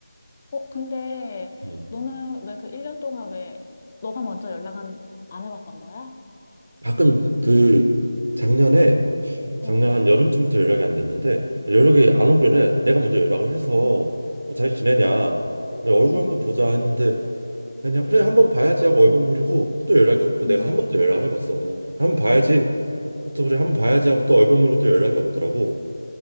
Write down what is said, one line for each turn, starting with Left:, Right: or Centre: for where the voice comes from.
Left: 어, 근데
Right: 음.
Left: 너는 왜 그 1년 동안 왜 너가 먼저 연락은 안 해봤던 거야?
Right: 가끔 그 작년에
Left: 어,
Right: 작년 한 여름쯤부터 연락이 안 됐는데 연락이 안
Left: 응, 응,
Right: 오길래 내가 먼저 연락을 해서 뭐 잘 지내냐 얼굴
Left: 응.
Right: 한번 보자 했는데 그냥 그래 한 번 봐야지 하고 얼버무리고 또 연락이 없고 내가
Left: 음,
Right: 한 번 더 연락을 해봤어 뭐 한 번 봐야지 또 그래 한 번 봐야지 하고 또 얼버무리고 또 연락이 없더라고